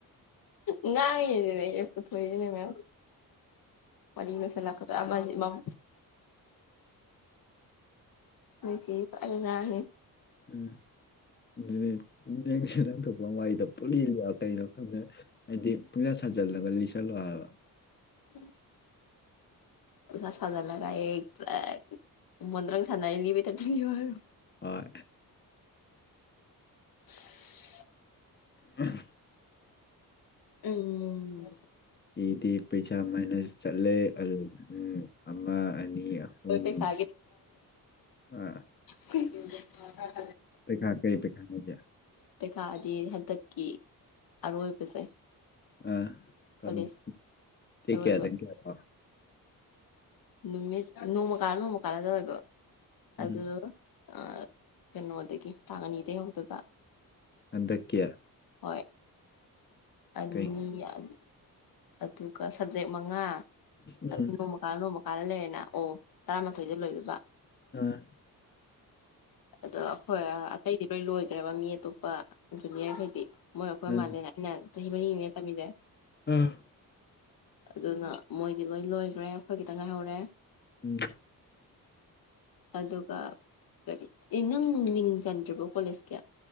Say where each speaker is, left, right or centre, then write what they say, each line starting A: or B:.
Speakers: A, on the left; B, on the left.
A: ꯉꯥꯡꯏꯖꯨꯅꯦ ꯑꯩꯖꯨ ꯄꯨꯊꯣꯛꯏꯁꯤꯅꯦ ꯃꯌꯥꯝ ꯋꯥꯔꯤ ꯂꯣꯏꯁꯟꯂꯛꯀꯗꯣꯔꯦ ꯑꯃꯖꯤ ꯃꯝ ꯅꯣꯏ ꯆꯦꯖꯤ ꯐꯖꯅ ꯉꯥꯡꯏꯍꯦ
B: ꯎꯝ ꯕꯤꯕꯤ ꯅꯪꯁꯨ ꯅꯪꯊꯣꯛꯄ ꯑꯃ ꯋꯥꯥꯔꯤꯗꯣ ꯄꯨꯂꯤ ꯂꯤꯌꯣꯕ ꯀꯩꯅꯣ ꯈꯪꯗꯦ ꯍꯥꯏꯗꯤ ꯄꯨꯡꯁꯥ ꯁꯥꯖꯤꯜꯂꯒ ꯂꯤꯁꯜꯂꯣ ꯍꯥꯏꯕ
A: <inaudible> ꯑꯣꯖꯥ ꯁꯖꯜꯂꯒ ꯑꯦ ꯄꯔꯛ ꯃꯣꯟꯗ꯭ꯔꯪ ꯁꯥꯟꯅꯔ ꯂꯤꯕꯩ ꯇꯥꯏꯞꯇ ꯂꯤꯌꯣ ꯍꯥꯏꯔꯣ
B: ꯍꯣꯏ
A: <inaudible>
B: ꯑꯍꯝ
A: ꯎꯝ
B: ꯑꯩꯗꯤ ꯄꯩꯁꯥ ꯃꯥꯏꯅꯁ ꯆꯠꯂꯦ ꯑꯗꯨꯅ ꯎꯝ ꯑꯃ ꯑꯅ ꯃꯤ ꯑꯍꯨꯝ
A: ꯑꯩꯈꯣꯏ ꯄꯩꯈꯥ
B: ꯑꯥ
A: ꯍꯤ <unintelligible>
B: ꯄꯩꯈꯥ ꯀꯩ ꯄꯩꯈꯥꯅꯣ ꯅꯣꯏꯗꯤ
A: ꯄꯩꯈꯥꯗꯤ ꯍꯟꯗꯛꯀꯤ ꯑꯔꯣꯏꯕꯁꯦ
B: ꯑꯤ ꯀꯟ
A: ꯀꯣꯂꯦꯖ
B: ꯗꯦꯠ
A: ꯑꯔꯣꯏꯕ
B: ꯀꯌꯥꯗꯒꯤ ꯀꯌꯥꯥ ꯐꯥꯎ
A: ꯅꯨꯃꯤꯠ ꯅꯣꯡꯃ ꯀꯥꯜꯂ ꯅꯣꯡꯃ ꯀꯥꯜꯂ ꯇꯧꯑꯦꯕ
B: ꯎꯝ
A: ꯑꯗꯣ ꯑꯥ ꯀꯩꯅꯣꯗꯒꯤ ꯇꯥꯡ ꯑꯅꯤꯗꯒꯤ ꯍꯧꯗꯣꯏꯕ
B: ꯍꯟꯗꯛꯀꯤ
A: ꯍꯣꯏ ꯑꯅꯤ
B: ꯀꯩ
A: ꯑꯥ ꯑꯗꯨꯒ ꯁꯕꯖꯦꯛ ꯃꯉꯥ
B: ꯎꯝ
A: ꯑꯗꯨ ꯅꯣꯡꯃ ꯀꯥꯜꯂ ꯅꯣꯡꯃ ꯀꯥꯜꯂ ꯂꯩꯔꯦꯅ ꯑꯣ ꯇꯔꯥꯃꯥꯊꯣꯏꯗ ꯂꯣꯏꯗꯣꯏꯕ
B: ꯑꯥ
A: ꯑꯗꯣ ꯑꯈꯣꯏ ꯑꯇꯩꯗꯤ ꯂꯣꯏ ꯂꯣꯏꯒ꯭ꯔꯦꯕ ꯃꯤ ꯑꯇꯣꯞꯄ ꯖꯨꯅꯤꯌꯔꯈꯩꯗꯤ ꯃꯣꯏ ꯑꯩꯈꯣꯏ
B: ꯑꯥ
A: ꯃꯥꯜꯂꯦꯅꯦ ꯑꯩꯅ ꯆꯍꯤ ꯃꯔꯤꯅꯤꯅꯦ ꯇꯝꯃꯤꯖꯦ
B: ꯑꯥ
A: ꯑꯗꯨꯅ ꯃꯣꯏꯗꯤ ꯂꯣꯏ ꯂꯣꯏꯒ꯭ꯔꯦ ꯑꯩꯈꯣꯏ ꯈꯤꯇꯪ ꯉꯥꯏꯍꯧꯔꯦ
B: ꯎꯝ
A: ꯑꯗꯨꯒ ꯀꯔꯤ ꯑꯦ ꯅꯪ ꯃꯤꯡ ꯆꯟꯗ꯭ꯔꯤꯕꯣ ꯀꯣꯂꯦꯖꯀꯤ